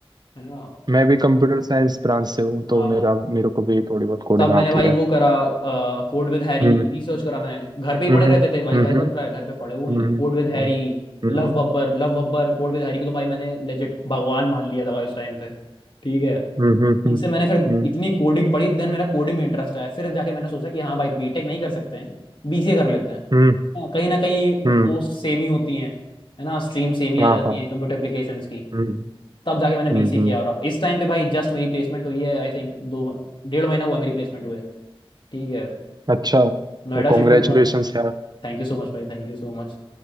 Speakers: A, on the left (about 60°); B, on the right (about 45°).
A: है ना
B: मैं भी कंप्यूटर साइंस ब्रांच से हूँ
A: हाँ
B: तो मेरा मेरे को भी थोड़ी बहुत कोडिंग
A: तब मैंने
B: आती
A: भाई
B: है
A: वो करा कोड विद हैरी
B: हम्म
A: रिसर्च करा मैंने घर पे ही पड़े
B: हम्म
A: रहते थे वाईफाई
B: हम्म
A: चल रहा है घर पे पड़े हुए
B: हम्म
A: हैं
B: हम्म
A: code with Harry
B: हम्म
A: लव बब्बर Love Babbar code with Harry को तो भाई मैंने लेजिट भगवान मान लिया था भाई उस टाइम पे ठीक है
B: हम्म हम्म
A: उनसे मैंने फिर
B: हम्म
A: इतनी कोडिंग पढ़ी देन मेरा कोडिंग में इंटरेस्ट आया फिर जाके मैंने सोचा कि हाँ भाई बीटेक नहीं कर सकते हैं बीसीए कर लेते हैं
B: हम्म
A: हाँ, कहीं ना कहीं
B: हम्म,
A: पोस्ट सेम ही होती हैं है ना स्ट्रीम सेम ही
B: हाँ
A: आ जाती
B: हाँ
A: है कंप्यूटर एप्लीकेशंस की
B: हम्म
A: तब जाके मैंने बीसी
B: हम्म हम्म।
A: किया और इस टाइम पे भाई जस्ट मेरी प्लेसमेंट हुई है आई थिंक दो डेढ़ महीना हुआ है मेरी प्लेसमेनट हुए ठीक है
B: अच्छा
A: नोएडा
B: कॉन्ग्रेचुलेशंस
A: शिफ्ट होऊंगा
B: यार
A: थैंक यू सो मच भाई Thank you so much